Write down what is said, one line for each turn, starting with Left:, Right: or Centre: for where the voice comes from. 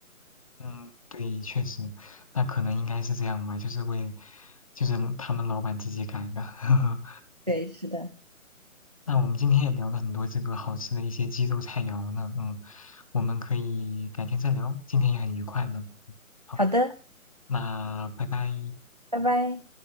Left: 嗯，对，确实，那可能应该是这样吧，就是为，就是他们老板自己改的。<laughs>
Right: 对，是的。
Left: 那我们今天也聊了很多这个好吃的一些鸡肉菜肴呢，嗯，我们可以改天再聊，今天也很愉快呢。好
Right: 好的，
Left: 那拜拜。
Right: 拜拜。